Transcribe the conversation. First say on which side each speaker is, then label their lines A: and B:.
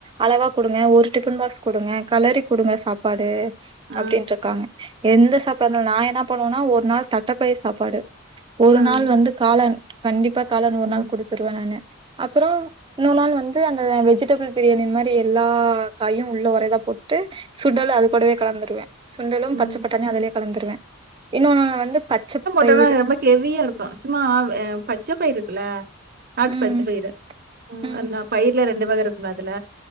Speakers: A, on the right; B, on the right.
A: அளவா கொடுங்க ஒரு டிஃபன் பாக்ஸ்கொடுங்க கலரி கொடுங்க சாப்பாடு
B: ஆ,
A: அப்டின்ட்ருக்காங்க எந்த சாப்பாடு நாலு நா என்ன பண்ணுவனா ஒரு நாள் தட்டப்பயிர் சாப்பாடு ஒரு
B: ஆ,
A: நாள் வந்து காளான் கண்டிப்பா காளான் ஒரு
B: ம்,
A: நாள் குடுத்துருவே நானு அப்பறோ இன்னொ நாள் வந்து அந்த வெஜிடபிள் பிரியாணி மாரி எல்லா காயும் உள்ள ஒரே இதா போட்டு சுண்டல அது கூடவே கலந்துருவ சுண்டலு
B: ம்.
A: பச்ச பட்டானியு அதுலயே கலந்துருவ இன்னொநாள் வந்து பச்ச பயிறு
B: ரொம்ப ஹெவியா ருக்கு சும்மா பச்ச பயிர்ருக்குல்ல நாட்டு
A: ம்
B: பச்ச பயிரு ஆ
A: ம்
B: பயிர்ல ரெண்டு வக இருக்கும்ல அதுல